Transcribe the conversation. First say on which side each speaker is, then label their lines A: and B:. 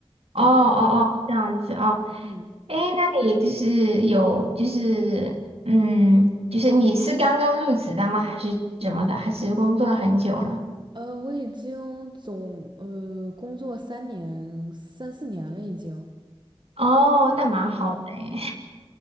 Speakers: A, on the right; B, on the right.
A: 哦哦哦，
B: 对，
A: 这样子啊？
B: 嗯。
A: 哎，那你就是有就是嗯，就是你是刚刚入职的吗？还是怎么的？还是工作了很久了？
B: 呃，我已经总呃工作三年三四年了，已经，
A: 哦，那蛮好的诶，